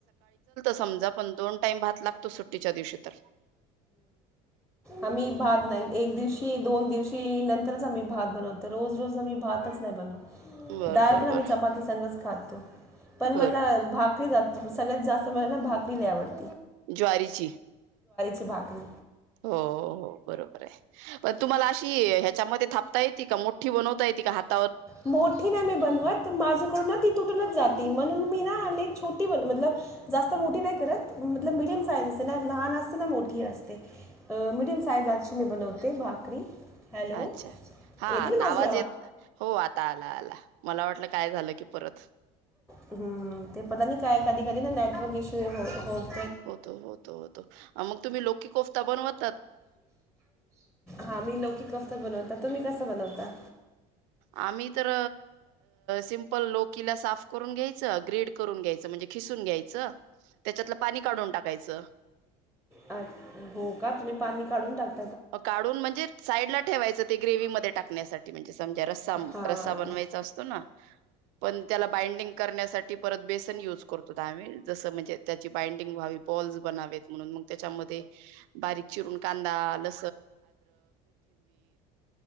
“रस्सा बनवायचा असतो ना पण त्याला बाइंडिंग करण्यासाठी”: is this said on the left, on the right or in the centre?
Right